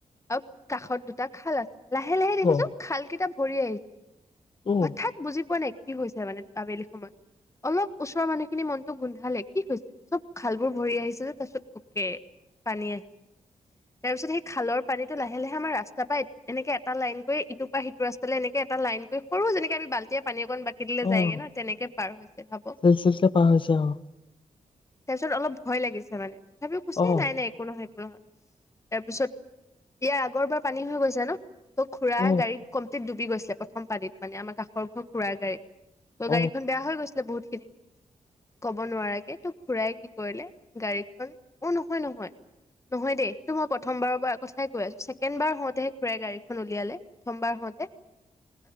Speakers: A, on the left (about 20°); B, on the left (about 40°).
A: অ কাষত দুটা খাল আছে লাহে লাহে দেখিছো
B: অ'
A: খাল কিতা পৰি আহিছে
B: অ'
A: হঠাৎ বুজি পোৱা নেকি কি হৈছে মানে? আবেলি সময়ত অলপ ওচৰৰ মানুহ খিনি মনতটো গোন্ধালে কি হৈছে চব খাল বোৰ ভৰি আহিছে যে তাৰপিছত অকে পানী আহিছে তাৰ পিছত সেই খালৰ পানীটো লাহে লাহে আমাৰ ৰাস্তা পৰা এনেকে এটা লাইন কৰি ইটোৰ পৰা সিটো ৰাস্তালৈ এনেকে এটা লাইন কৰি সৰু যেনেকে আমি বাল্টিয় পানী অকন কিতিলৈ
B: অ'
A: যায়গে না পাৰ হৈছে ভাব।
B: চিলচিলকে পাৰ হৈছে আৰু
A: তাৰপিছত অলপ ভয় লাগিছে মানে। তথাপিও হৈছে
B: অ'
A: নাই নাই একো নহয়। নয় তাৰ পিছত ইয়াৰ আগৰপৰা পানী হৈ গৈছে ন ত' খুৰা
B: অ
A: গাড়ী কমতি ডুব। গৈছিলে প্ৰথমানী মানে আমাৰ কষৰ ঘৰ খুৰৰাৰ গাড়ীত। ত
B: অ
A: গাড়ীখন বেয়া হৈ গৈছিল বহুত। ক'ব নোৱাৰাকে তোক। খুৰাই কি কৰিলে গাড়ীখন অ নহয় নহয় নহয় দেই সেইটো মই প্ৰথমবাৰৰ কথাই কৈ আছো ছেকেণ্ড বাৰ হওঁতেহে খুৰাই গাড়ীখন উলিয়ালে প্ৰথমবাৰ হওঁতে